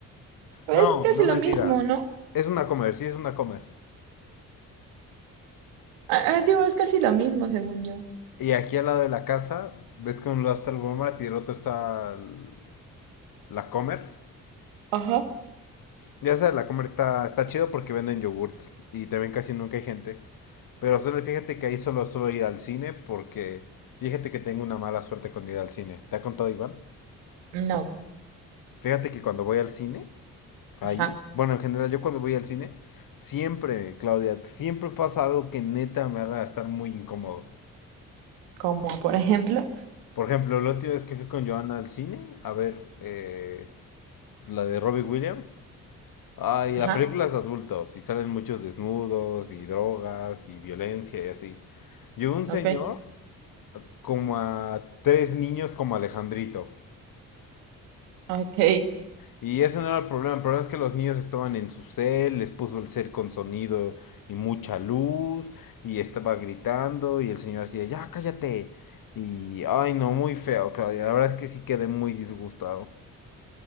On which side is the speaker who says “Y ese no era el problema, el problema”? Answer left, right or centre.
Left